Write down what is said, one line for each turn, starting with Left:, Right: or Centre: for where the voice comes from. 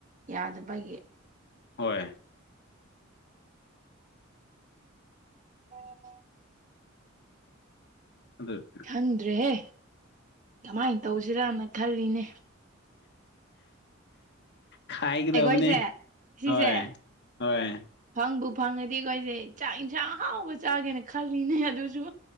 Right: ꯌꯥꯗꯕꯒꯤ
Left: ꯍꯣꯏ
Right: ꯑꯣ
Left: ꯑꯗꯨꯗ
Right: ꯈꯪꯗ꯭ꯔꯦꯍꯦ ꯀꯃꯥꯏꯅ ꯇꯧꯁꯤꯔꯅ ꯈꯜꯂꯤꯅꯦ
Left: ꯈꯥꯏꯒꯗꯧꯕꯅꯦ
Right: ꯑꯩꯒꯣꯏꯁꯦ ꯁꯤꯁꯦ
Left: ꯍꯣꯏ ꯍꯣꯏ
Right: ꯐꯪꯕꯨ ꯐꯪꯉꯗꯤ ꯑꯩꯈꯣꯏꯁꯦ ꯆꯥꯛ ꯏꯟꯁꯥꯡ ꯍꯥꯎꯕ ꯆꯥꯒꯦꯅ ꯈꯜꯂꯤꯅꯦ ꯑꯗꯨꯁꯨ